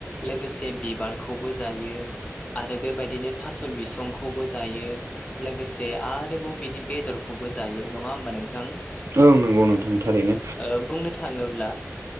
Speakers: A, on the left; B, on the right.
A: लोगोसे बिबारखौबो जायो आरो बेबायदिनो थास' बिसंखौबो जायो लोगोसे आरोबाव बिनि बेदरखौबो जायो नङा होमबा नोंथां
B: ओं नंगौ नोंथां थारैनो
A: ओ बुंनो थाङोब्ला